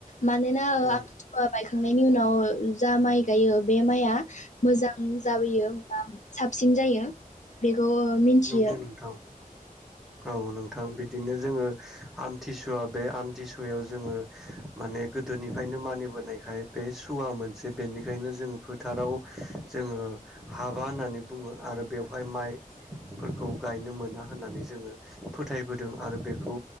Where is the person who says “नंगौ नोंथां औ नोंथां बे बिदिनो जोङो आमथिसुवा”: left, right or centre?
Centre